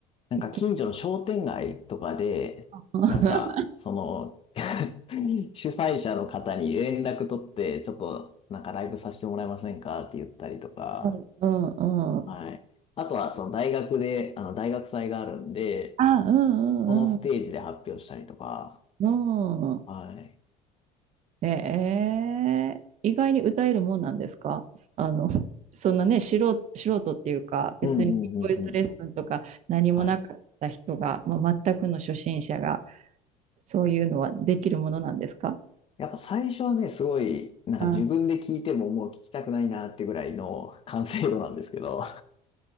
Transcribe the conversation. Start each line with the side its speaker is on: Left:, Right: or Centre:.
Left: なんか近所の商店街とかで、
Right: き <laughs>
Left: なんか、その、<laughs> 主催者の方に連絡取って、ちょっとなんかライブさせてもらえませんかって言ったりとか、
Right: うんうんうん。
Left: はい。あとは、その大学で、あの、大学祭があるんで、
Right: あ、うんうんう
Left: そのステージで発表したりとか、
Right: ん。うん。
Left: はい。
Right: ええ意外に歌えるもんなんですかあの、そんなね、素人、素人っていうか、別にボイスレッスンとか何もなかった人が、
Left: うんうんうんうん。はい。
Right: まあ、全くの初心者が、そういうのはできるものなんですか
Left: やっぱ最初はね、すごい、なんか自分で聞いてももう聞きたくないなってぐらいの
Right: うん。
Left: <laughs> 完成度なんですけど、